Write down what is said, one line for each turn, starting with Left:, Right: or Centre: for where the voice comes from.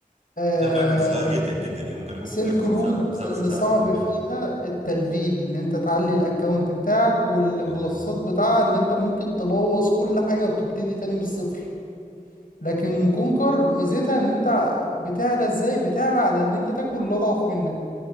Left: أه
Right: بس انا فعلا كنت صغير جدا جدا يعني ممكن اكون
Left: سيلك
Right: كنت مثلا ست
Left: رود
Right: سبع سبع
Left: اللي
Right: ست سبع
Left: صعب
Right: سنين ولا
Left: فيها
Right: حاجه
Left: التلفيل ان انت تعلي الاكونت بتاعك والبلصات
Right: اه
Left: بتاعها ان انت ممكن تبوظ كل حاجة وتبتدي تاني من الصفر لكن كونكر ميزتها ان انت بتعلى ازاي بتعلى على ان انت تاكل اللي اضعف منك